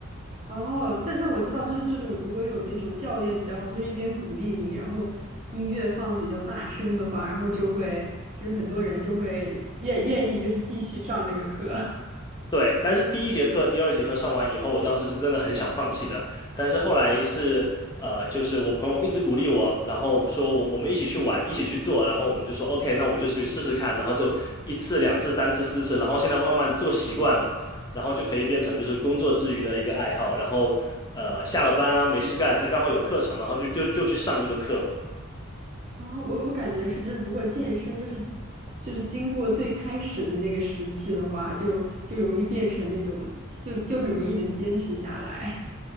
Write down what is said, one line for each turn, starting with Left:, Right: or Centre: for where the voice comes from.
Right: 哦，但那我知道，就是这种如果有那种教练比较好，就是一边鼓励你，然后音乐放的比较大声的话，然后就会就是很多人就会愿愿意就是继续上这个课。<laughs>
Left: 对，但是第一节课、第二节课上完以后，我当时是真的很想放弃的，但是后来是呃，就是我朋友一直鼓励我，然后说我我们一起去玩，一起去做，然后我们就说 OK，那我们就去试试看，然后就一次、两次、三次、四次，然后现在慢慢做习惯了，然后就可以变成就是工作之余的一个爱好，然后呃，下了班啊没事干，他刚好有课程，然后就就就去上这个课，
Right: 啊，我我感觉是，就是如果健身就是就是经过最开始的那个时期的话，就就容易变成那种就就很容易能坚持下来。